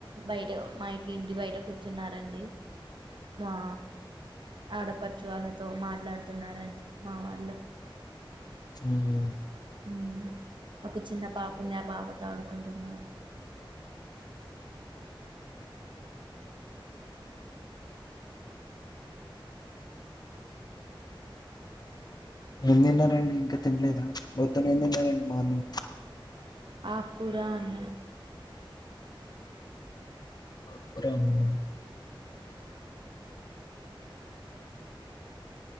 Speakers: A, on the right; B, on the left.
A: బయట మా ఇకి ఇంటి బయట కూర్చున్నరండి మా ఆడపడుచు వాళ్లతో మాట్లాడుతున్నారండి మా వాళ్ళు
B: చున్
A: ఉ ఒక చిన్న పాప ఉంది ఆ పాపతో ఆడుకుంటున్నారు
B: ఏం తిన్నారండి ఇంకా తినలేదా మొత్తం ఏం తిన్నారండి మార్నింగ్
A: ఆకుకూర అన్నం
B: ఆకుకూర అండి మాది